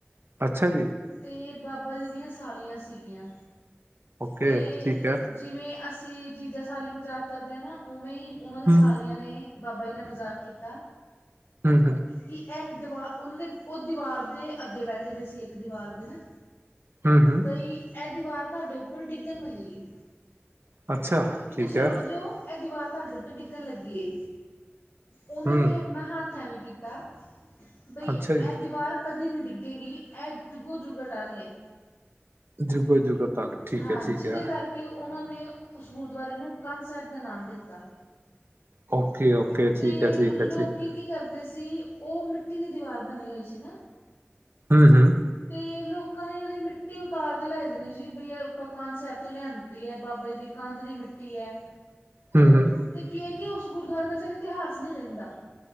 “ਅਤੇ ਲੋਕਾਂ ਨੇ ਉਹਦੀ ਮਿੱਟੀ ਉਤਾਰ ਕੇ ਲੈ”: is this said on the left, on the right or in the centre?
Left